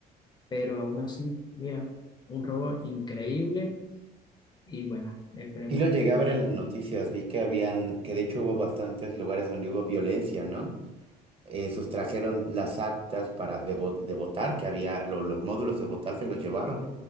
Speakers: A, on the left (about 25°); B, on the right (about 35°).
A: pero aún así, mira, un robo increíble y bueno, esperemos
B: Sí lo llegué a ver en las noticias, vi que habían, que de hecho hubo bastantes lugares donde hubo violencia, ¿no? eh, sustrajeron las actas para de, vo- de votar, que había lo- los módulos de votar se los llevaron